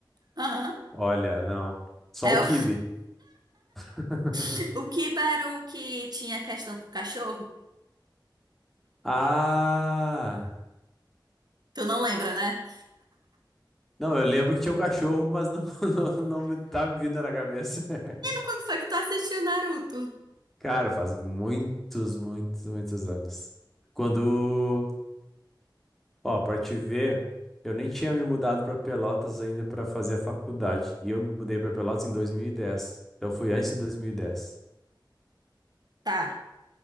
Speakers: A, on the right; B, in the centre.
A: Aham.
B: Olha, não. Só
A: É,
B: o Kibe.
A: o,
B: <laughs>
A: <laughs> o Kiba era o que tinha questão com o cachorro.
B: Ah!
A: Tu não lembra, né?
B: Não, eu lembro que tinha um cachorro, mas não, <laughs> não, não me tá me vindo na cabeça. <laughs>
A: Quando foi que tu assistiu Naruto?
B: Cara, faz muitos, muitos, muitos anos. Quando. Ó, pra te ver, eu nem tinha me mudado pra Pelotas ainda pra fazer a faculdade. E eu me mudei pra Pelotas em dois mil e dez Então foi antes de dois mil E dez
A: Tá,